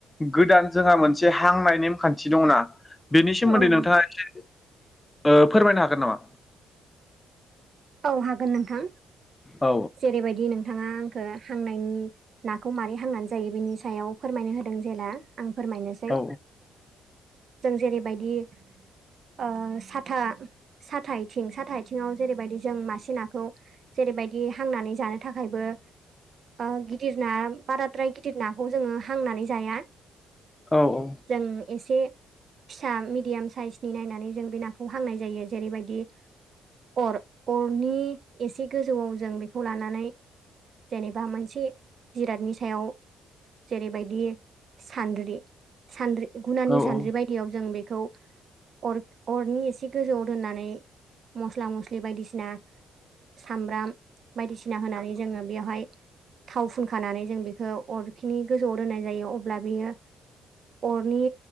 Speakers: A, on the left; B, on the right.
A: गोदान जोंहा मोनसे हांनाय नेमखान्थि दंना। बेनि सोमोन्दै
B: औ
A: नोंथाङा एसे ओ फोरमायनो हागोन नामा?
B: औ हागोन नोंथां
A: औ
B: जेरैबायदि दि नोंथाङा आंखो हांनायनि नाखौ मारै हांनानै जायो बेनि सायाव फोरमायनो होदों जेला आं फोरमायनोसै
A: औ
B: जों जेरैबायदि ओ साथा साथा आइथिं साथा आइथिं बिङाव जेरैबायदि जों मासे नाखौ जेरैबायदि हांनानै जानो थाखायबो ओ गिदिर ना बाराद्राय गिदिर नाखौ जोङो हांनानै जाया।
A: औ -औ।
B: जों एसे फिसा मिडियाम साइसनि नायनानै जों बे नाखौ हांनाय जायो जेरैबायदि अर अरनि एसे गोजौआव जों बेखौ लानानै जेनेबा मोनसे जिरादनि सायाव जेरैबायदि सानद्रि सानद्रि गुनानि
A: औ
B: सानद्रि
A: औ
B: बायदियाव जों बेखौ अर अरनि एसे गोजौआव दोननानै मस्ला मस्लि बायदिसिना सामब्राम बायदिसिना होनानै जोङो बेयावहाय थाव फुनखानानै जों बेखौ अरखिनि गोजौआव दोननाय जायो अब्ला बियो अरनि